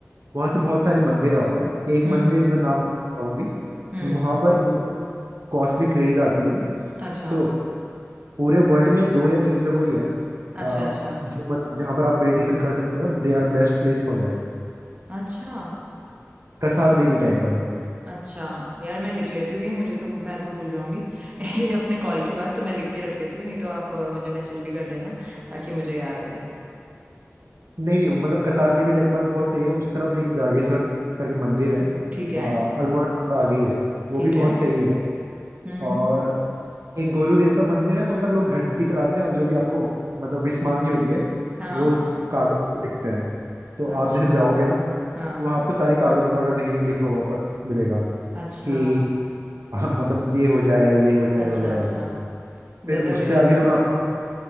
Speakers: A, on the right; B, on the right.
A: वहां से बहुत सारे मंदिर है वहां पर एक
B: हम्म
A: मंदिर मैं नाम बताऊंगी
B: हम्म
A: वहां पर कॉस्टली क्रेज आती है
B: अच्छा
A: तो पूरे वर्ल्ड में दो या तीन जगह ही है
B: अच्छा
A: आ,
B: अच्छा
A: जो मतलब जहाँ पर आप मेडिटेशन कर सकते हो और they are best place for that
B: अच्छा
A: Kasar Devi temple
B: अच्छा यार मैं लिख लेती हूँ ये मुझे तो मैं तो भूल जाऊंगी <laughs> अपने कॉल के बाद तो मैं लिख के रख लेती हूँ नहीं तो आप अ, मुझे मैसेज भी कर देना ताकि मुझे याद रहे
A: नहीं नहीं मतलब कसार देवी टेम्पल बहुत सही है उस तरफ एक जागेश्वर करके मंदिर है
B: ठीक है
A: आ, अल्मोड़ा से थोड़ा आगे ही है वो
B: ठीक
A: भी बहुत
B: है
A: सही है
B: हम्म हम्म।
A: और एक गोलू देवता मंदिर है वहाँ पर लोग घंटी चढ़ाते हैं और जो भी आपको मतलब विश मांगनी होती है
B: हाँ हाँ
A: वो उस कागज पे लिखते हैं तो
B: अच्छा
A: आप जैसे जाओगे ना
B: हाँ
A: तो वहाँ आपको सारे कागज ही कागज दिखेंगे लिखा हुआ पर मिलेगा
B: अच्छा
A: कि हाँ, मतलब ये हो जाए ये हो जाए
B: अच्छा
A: वगैरह
B: अच्छा
A: वगैरह फिर
B: गजब
A: उससे
B: यार
A: आगे जो मैं आपको